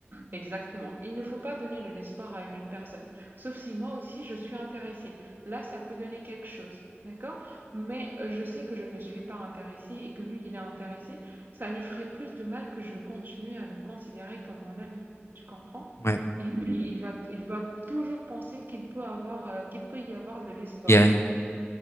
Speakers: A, on the right; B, on the left.
A: exactement, il ne faut pas donner de l'espoir à une autre personne, sauf si moi aussi je suis intéressée. Là, ça peut donner quelque chose, d'accord? Mais euh, je sais que je ne suis pas intéressée et que lui, il est intéressé. Ça lui ferait plus de mal que je continue à le considérer comme mon ami. Tu comprends?
B: Ouais,
A: Et lui, il va, il va toujours penser qu'il peut avoir, euh, qu'il peut y avoir de l'espoir.
B: il y a une-